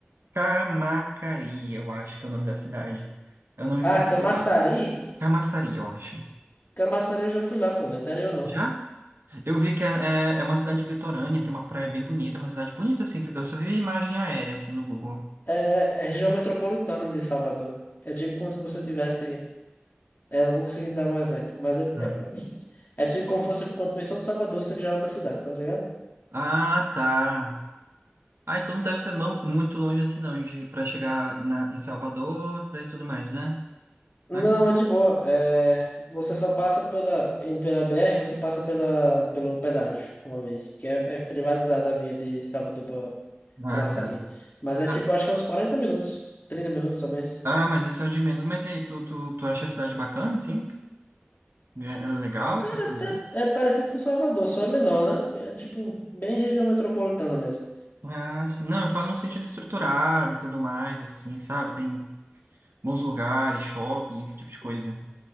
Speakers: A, on the right; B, on the left.
A: Camacari, eu acho que é o nome da cidade. É um nome
B: Ah,
A: sempre
B: Camaçari?
A: complicado. Camaçari, eu acho.
B: Camaçari eu já fui lá, pô, no interior não.
A: Já? Eu vi que é, é, é uma cidade litorânea, tem uma praia bem bonita, é uma cidade bonita, assim, que eu só vi imagem aérea, assim, no Google.
B: É, é região metropolitana de Salvador. É tipo como se você tivesse... É, não vou conseguir dar um exemplo, mas é,
A: Hum.
B: é é tipo como se fosse a continuação de Salvador, só que já é outra cidade, tá ligado?
A: Ah, tá. Ah, então não deve ser mão- muito longe assim, não, de para chegar na, em Salvador, para e tudo mais, né?
B: Não,
A: Aqui.
B: é de boa. É, você só passa pela, indo pela BR, você passa pela, pelo pedágio uma vez, porque é, é privatizada a via de Salvador para
A: Ah,
B: Camaçari.
A: cara.
B: Mas é
A: Ah,
B: tipo, acho que é uns 40 minutos, 30 minutos talvez.
A: ah, mas isso é o de menos. Mas e aí, tu, tu, tu acha a cidade bacana, assim? É- Ela é legal?
B: Cara,
A: pra se morar?
B: até é parecido com Salvador, só é menor, né? É tipo, bem região metropolitana mesmo.
A: Ah, sim. Não, eu falo no sentido estruturado e tudo mais, assim, sabe? Tem bons lugares, shopping, esse tipo de coisa.